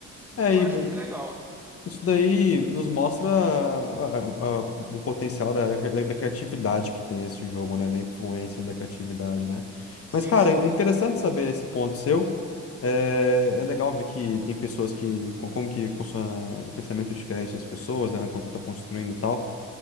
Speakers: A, in the centre; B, on the left.
A: E
B: É,
A: eu
B: e
A: acho
B: vai-
A: bem legal.
B: isso daí nos mostra a- a- a- o potencial da, da criatividade que tem esse jogo, né? Da influência da criatividade, né?
A: Sim,
B: Mas, cara,
A: sim.
B: é interessante saber esse ponto seu. É, é legal ver que tem pessoas que. co- Como que funciona o pensamento diferente das pessoas, né? Quando tá construindo e tal.